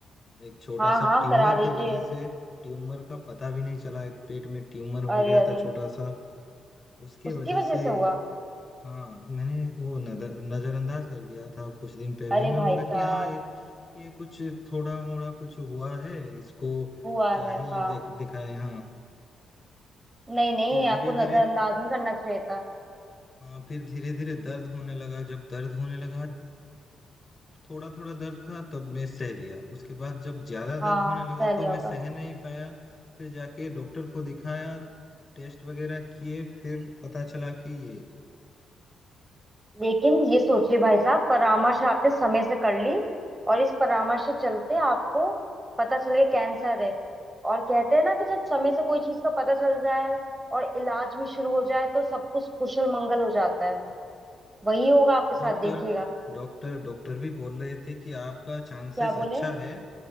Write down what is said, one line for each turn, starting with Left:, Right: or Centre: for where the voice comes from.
Left: एक छोटा
Right: हाँ
Left: सा
Right: हाँ
Left: ट्यूमर
Right: करा लीजिए
Left: के वजह से ट्यूमर का पता भी नहीं चला एक पेट में ट्यूमर हो
Right: अरे
Left: गया
Right: अरे
Left: था छोटा सा उसके
Right: उसकी
Left: वजह
Right: वजह
Left: से
Right: से हुआ
Left: हाँ मैंने वो नजर नजरअंदाज कर दिया था कुछ दिन पहले
Right: अरे
Left: मैं
Right: भाई
Left: बोला
Right: साहब
Left: कि हाँ ये ये कुछ थोड़ा मोड़ा कुछ हुआ है इसको
Right: हुआ
Left: क्या
Right: है
Left: ही
Right: हाँ
Left: देख दिखाए हाँ
Right: नहीं नहीं
Left: फिर धीरे
Right: आपको
Left: धीरे
Right: नजरअंदाज नहीं करना चाहिए था
Left: हाँ फिर धीरे धीरे दर्द होने लगा जब दर्द होने लगा थोड़ा थोड़ा दर्द था तब मैं सह लिया उसके बाद जब ज्यादा दर्द
Right: हाँ
Left: होने
Right: सही
Left: लगा तो
Right: होगा
Left: मैं सह नहीं पाया फिर जाके डॉक्टर को दिखाया टेस्ट वगैरह किए फिर पता चला कि ये
Right: लेकिन ये सोचिए भाई साहब परामर्श आपने समय से कर ली और इस परामर्श से चलते आपको पता चल गया कैंसर है और कहते हैं ना कि जब समय से कोई चीज का पता चल जाए और इलाज भी शुरू हो जाए तो सब कुछ कुशल मंगल हो जाता है वही होगा आपके साथ
Left: डॉक्टर
Right: देखिएगा
Left: डॉक्टर डॉक्टर भी बोल रहे थे कि आपका चांसेस
Right: क्या बोले
Left: अच्छा है